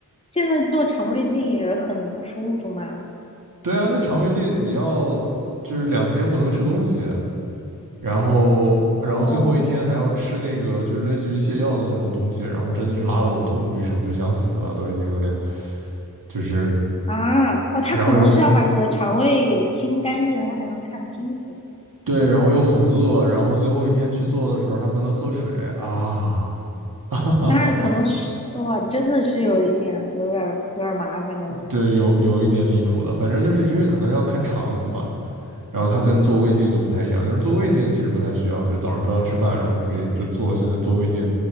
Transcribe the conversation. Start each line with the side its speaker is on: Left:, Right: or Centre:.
Left: 现在做肠胃镜也很不舒服吗？
Right: 对啊，那肠胃镜你要就是两天不能吃东西，然后然后最后一天还要吃那个就是类似于泻药的那种东西，
Left: 哦
Right: 然后真的是拉得我痛不欲生，就想死了，都已经有点就是，
Left: 啊哦，他可能是要把你的肠胃给清干净，
Right: 然后又很
Left: 他才能看清楚。
Right: 对，然后又很饿，然后最后一天去做的时候还不能喝水啊。<laughs> 哈哈哈，
Left: 那可能是哇，真的是有一点，有点儿有点儿麻烦感觉。
Right: 对，有有一点离谱的，反正就是因为可能要看肠子嘛，然后它跟做胃镜就不太一样，就是做胃镜其实不太需要，就早上不要吃饭，然后就可以就做。现在做胃镜